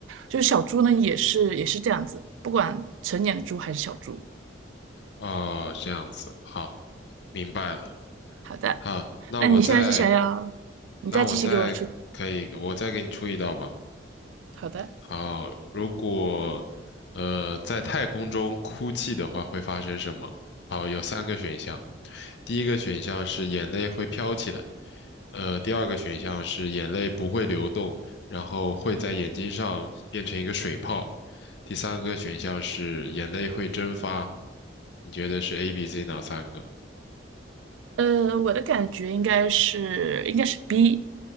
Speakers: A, on the right (about 85°); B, on the left (about 65°).
A: 就是小猪呢也是也是这样子，不管成年的猪还是小猪。
B: 哦，这样子，好，明白了。
A: 好的，
B: 好，那我再，
A: 那你现在是想要你再继续给我出？
B: 那我再可以，我再给你出一道吧。
A: 好的，
B: 好，如果呃在太空中哭泣的话，会发生什么？好，有三个选项。第一个选项是眼泪会飘起来，呃，第二个选项是眼泪不会流动，然后会在眼睛上变成一个水泡。第三个选项是眼泪会蒸发。你觉得是 A、B、C 哪三个？
A: 呃，我的感觉应该是应该是 B，